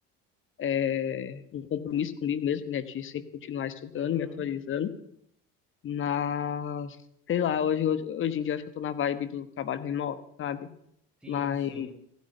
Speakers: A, on the left (about 40°); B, in the centre.
A: é, um compromisso comigo mesmo, né, de sempre continuar estudando,
B: Uhum.
A: me atualizando, mas sei lá, hoje hoje em dia eu acho que eu tô na vibe do trabalho remoto, sabe?
B: Sim,
A: mas
B: sim.